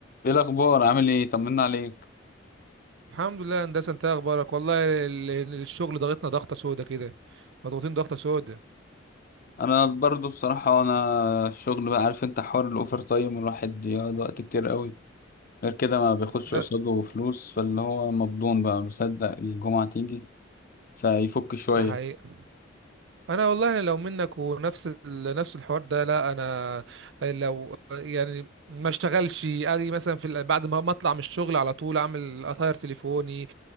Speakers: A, on the left; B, on the right.
A: ايه الاخبار عامل ايه طمنا عليك
B: الحمد لله يا هندسه انت إيه اخبارك والله ال- ال- الشغل ضغطنا ضغطه سودا كده مضغوطين ضغطه سودا
A: انا برضو بصراحه انا الشغل بقى عارف انت حوار الاوفر تايم الواحد يقعد وقت كتير قوي غير كده ما بياخدش
B: لا،
A: قصاده فلوس فاللي هو مبدون بقى بيصدق الجمعه تيجي فيفك شويه
B: ده حقيقي انا والله انا لو منك ونفس ال- نفس الحوار ده لا انا لو يعني ما اشتغلش اجي مثلا في ال- بعد ما ما اطلع من الشغل على طول اعمل اطاير تليفوني